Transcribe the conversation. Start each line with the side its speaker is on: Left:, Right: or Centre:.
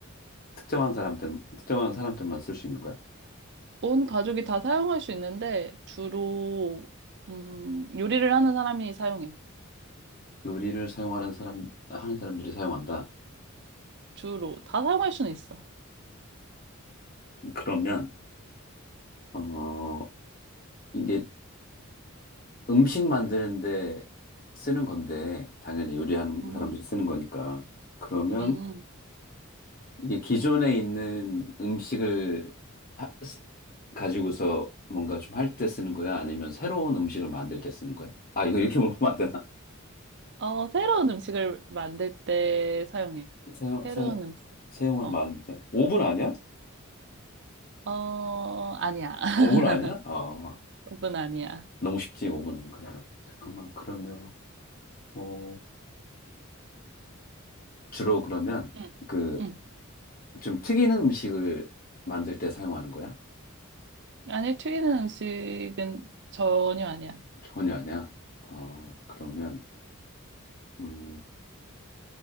Left: 특정한 사람들, 특정한 사람들만 쓸 수 있는 거야?
Right: 온 가족이 다 사용할 수 있는데, 주로, 음, 요리를 하는 사람이 사용해.
Left: 요리를 사용하는 사람, 하는 사람들이 사용한다.
Right: 주로. 다 사용할 수는 있어.
Left: 그러면, 어, 이게 음식 만드는데 쓰는 건데, 당연히 요리하는
Right: 음.
Left: 사람들이 쓰는 거니까. 그러면
Right: 음.
Left: 이게 기존에 있는 음식을 하- 쓰- 가지고서 뭔가 좀 할 때 쓰는 거야? 아니면 새로운 음식을 만들 때 쓰는 거야? 아, 이거 이렇게 물어보면 안 되나?
Right: 어, 새로운 음식을 만들 때 사용해.
Left: 사용,
Right: 새로운
Left: 사용,
Right: 음식.
Left: 사용은
Right: 어,
Left: 많은데. 오 분 아니야?
Right: 어, 아니야. <laughs>
Left: 어, 5분 아니야? 아,
Right: 오븐 아니야.
Left: 너무 쉽지, 오 분은 그러면. 잠깐만, 그러면, 어, 주로 그러면,
Right: 응,
Left: 그,
Right: 응.
Left: 좀 튀기는 음식을 만들 때 사용하는 거야?
Right: 아니, 튀기는 음식은 전혀 아니야.
Left: 전혀 아니야. 어, 그러면, 음,